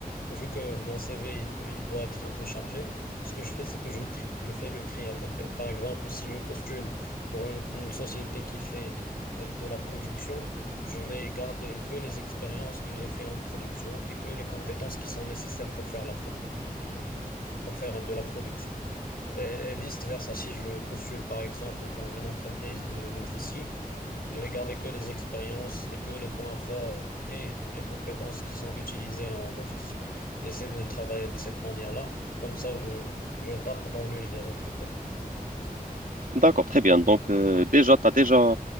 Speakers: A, on the left; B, on the right.
A: vu que mon CV, il, peut- il doit être un peu chargé, ce que je fais, c'est que je trie. Je fais le tri à peu près. Par exemple, si je postule pour une, une société qui fait euh, de la production, je vais garder que les expériences que j'ai fait en production et que les compétences qui sont nécessaires pour faire la produ- de, de- pour faire de la production. Et, et vice-versa, si je postule, par exemple, dans une entreprise de logistique, Je vais garder que les expériences et que les points forts et les compétences qui sont utilisées en logistique. J'essaie de travailler de cette manière-là. Comme ça, je, je tape dans l'œil des recruteurs.
B: D'accord, très bien. Donc, euh, déjà, tu as déjà